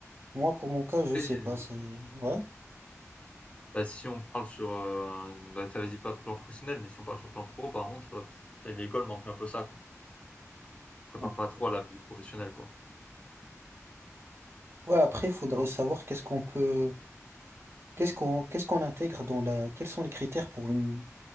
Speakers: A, on the right; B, on the left.
A: moi, pour mon cas,
B: Après,
A: je sais
B: euh,
A: pas. c'est- Ouais.
B: bah, si on parle sur, euh, bah, t'avais dit pas de plan professionnel, mais si on parle sur le plan pro, par contre, euh, ça, l'école manque un peu ça, quoi. Prépare
A: Mm.
B: pas trop à la vie professionnelle, quoi.
A: Ouais, après, il faudrait savoir qu'est-ce qu'on peut, qu'est-ce qu'on, qu'est-ce qu'on intègre dans la, quels sont les critères pour une,